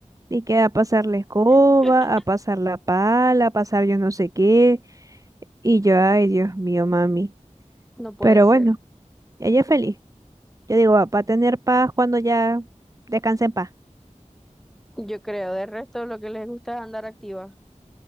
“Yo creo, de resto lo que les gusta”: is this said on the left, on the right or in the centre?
Centre